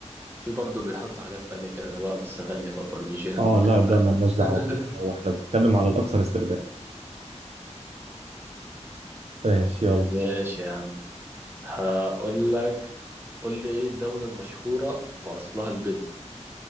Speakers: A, on the right; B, on the right.
A: في برضه بيحط حاجات تانية كده بقى بس غالية بقى برمجان
B: اه
A: وبتاع
B: لا
A: فاهم
B: ده مالناش
A: <laughs>
B: دعوه بيه هو احنا بنتكلم على الاكثر استخدام ماشي يلا
A: ماشي يا عم هقول لك قول لي ايه الدولة المشهورة بأصلها البيتزا